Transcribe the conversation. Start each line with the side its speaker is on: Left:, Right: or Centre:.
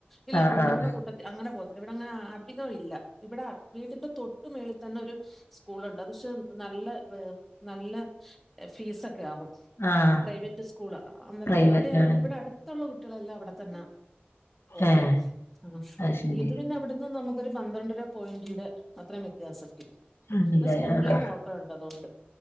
Centre: ഇല്ല
Left: ആഹ്
Centre: കുഞ്ഞുങ്ങടെ
Left: ആഹ്
Centre: കൂട്ട അങ്ങനെ പോകത്തില്ല ഇവിടെ അങ്ങനെ അധികം ഇല്ല ഇവടെ വീടിന്റെ തൊട്ട് മേളി തന്നെ ഒരു സ്കൂളുണ്ട് അത് പക്ഷെ നല്ല വെ നല്ല <unintelligible> ഫീസൊക്കെ ആവും
Left: ആഹ്
Centre: പ്രൈവറ്റ് സ്കൂളാ അന്നേരം
Left: പ്രൈവറ്റ്
Centre: അവിടെയാ
Left: ആണ്
Centre: ഇവിടെ അടുത്ത് ത്തൊള്ള കുട്ടികളെല്ലാം അവിടെ തന്നാ പോകുന്നത്
Left: ഏഹ്
Centre: ആഹ്
Left: അത് ശരി
Centre: ഇത് പിന്നെ അവിടുന്ന് നമുക്ക് ഒരു പന്ത്രണ്ടര പോയിന്റിന്റെ അത്രയും വ്യത്യാസത്തി പിന്നെ
Left: ആണല്ലേ
Centre: സ്കൂളീന്ന്
Left: ആഹ് ആഹ്
Centre: ഓട്ടോ ഒണ്ട് അതുകൊണ്ട്.